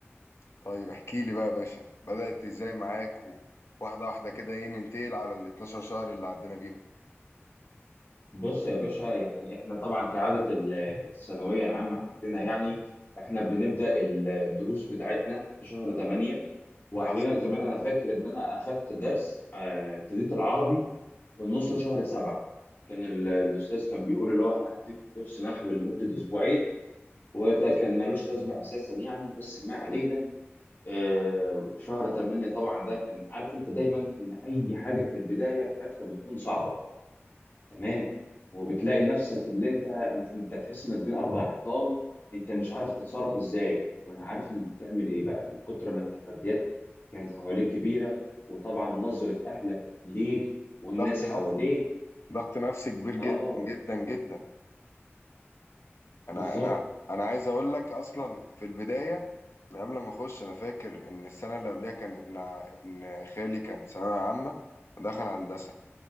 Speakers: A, on the left; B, on the left.
A: طيب احكي لي بقى يا باشا بدات ازاي معاك و- واحده واحده كده ايه ننتقل على ال 12 شهر اللي عدينا بيهم
B: بص يا باشا يعني احنا طبعا كعادة ال- الثانوية العامة عندنا يعني احنا بنبدأ ال- الدروس بتاعتنا في شهر 8 واحيانا
A: حصل
B: كمان انا فاكر ان انا اخدت درس آه، ابتديت العربي في النص شهر سبعة كان ال- الأستاذ كان بيقول اللي هو أنا هديك كورس نحو لمدة أسبوعين وده كان ملوش لازمة أساسا يعني بس ما علينا آه شهر تمانية طبعا ده كان عارف أنت دايما إن أي حاجة في البداية بتاعتها بتكون صعبة تمام وبتلاقي نفسك اللي أنت أنت أنت تحس إنك بين أربع حيطان أنت مش عارف تتصرف إزاي وأنا عارف إنك تعمل إيه بقى من كتر ما التحديات كانت حواليك كبيرة وطبعا نظرة أهلك ليك والناس
A: ضغط
B: حواليك
A: نفسي ضغط نفسي كبير جدا
B: اه
A: جدا جدا انا
B: بالظبط
A: انا
B: <laughs>
A: انا عايز اقول لك اصلا في البدايه من قبل ما اخش انا فاكر ان السنه اللي قبلها كان ابن ع- ابن خالي كان ثانويه عامه ودخل هندسه